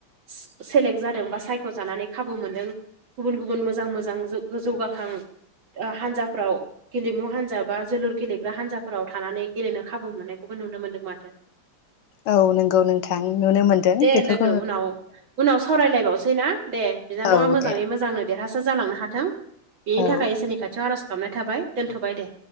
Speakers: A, on the right; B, on the left.
A: से सेलेक जादों बा सायख'जानानै खाबु मोनदों। गुबुन गुबुन मोजां मोजां जौ जौगाखां ओ हान्जाफ्राव गेलेमु हान्जा बा जोलुर गेलेग्रा हान्जाफोराव थानानै गेलेनो खाबु मोननायखौबो नुनो मोन्दों माथो। <unintelligible>
B: औ नोंगौ नोंथां नुनो मोनदों
A: दे
B: बेफोर
A: लोगो उनाव उनाव सावरायलायबावसै ना दे बिनानावा
B: औ
A: मोजाङै
B: दे
A: मोजांनो देरहासार जालांनो हाथों बेनि थाखाय
B: औ
A: इसोरनि खाथियाव आर'ज खालामाबनाय थाबाय दोनथ'बाय दे।